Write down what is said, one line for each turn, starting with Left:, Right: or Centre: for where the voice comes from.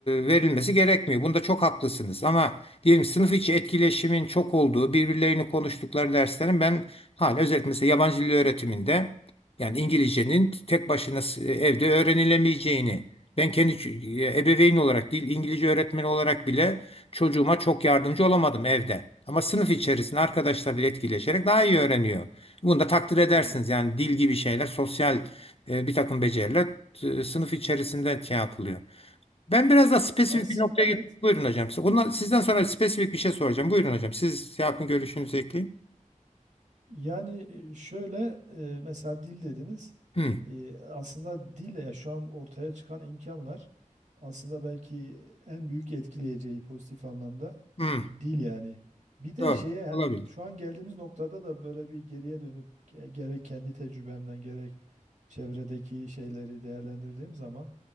Left: verilmesi gerekmiyor. Bunda çok haklısınız. Ama diyelim sınıf içi etkileşimin çok olduğu, birbirlerini konuştukları derslerin ben hala özellikle mesela yabancı dil öğretiminde yani İngilizcenin tek başına s- evde öğrenilemeyeceğini ben kendi ç- e, ebeveyn olarak değil, İngilizce öğretmeni olarak bile çocuğuma çok yardımcı olamadım evde. Ama sınıf içerisinde arkadaşlarıyla
Right: Evet.
Left: etkileşerek daha iyi öğreniyor. Bunu da takdir edersiniz.
Right: Evet.
Left: Yani dil gibi şeyler, sosyal e, bir takım beceriler e, sınıf içerisinde şey yapılıyor. Ben biraz daha spesifik
Right: Aslında
Left: bir noktaya git.
Right: evet
Left: Buyurun hocam. Ondan, sizden sonra spesifik bir şey soracağım. Buyurun hocam. Siz şey yapın görüşünüzü ekleyin.
Right: Yani e, şöyle e, mesela dil dediniz.
Left: Hı,
Right: E, aslında dille ya şu an ortaya çıkan imkanlar aslında belki en büyük etkileyeceği pozitif anlamda
Left: hı,
Right: dil yani. Bir de
Left: doğru.
Right: şeye hani
Left: Olabilir.
Right: şu an geldiğimiz noktada da böyle bir geriye dönüp ge- gerek kendi tecrübemden gerek çevredeki şeyleri değerlendirdiğim zaman